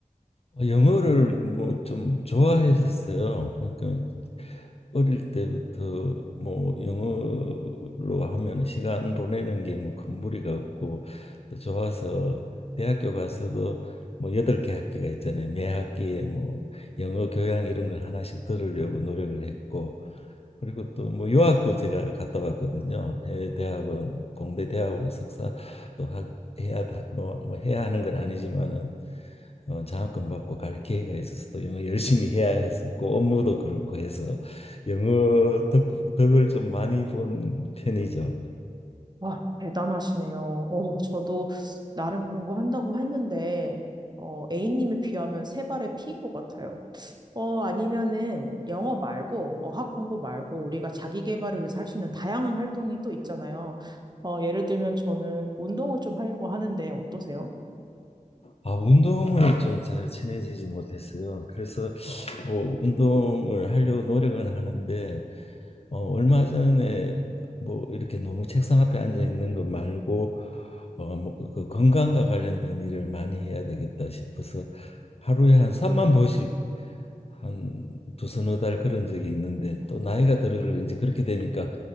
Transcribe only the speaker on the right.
와, 대단하시네요. 어, 저도 나름 공부한다고 했는데, 어, A님에 비하면 세 발의 피인 것 같아요. 어, 아니면은 영어 말고, 어학 공부 말고, 우리가 자기 개발을 위해서 할 수 있는 다양한 활동이 또 있잖아요. 어, 예를 들면 저는 운동을 좀 하려고 하는데 어떠세요?